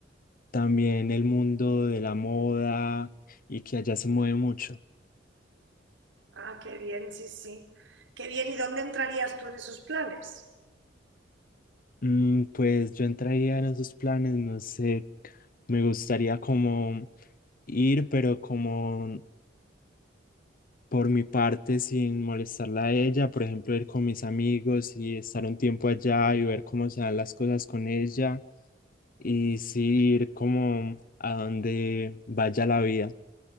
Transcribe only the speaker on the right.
ah, qué bien, sí, sí. Qué bien, ¿y dónde entrarías tú en esos planes?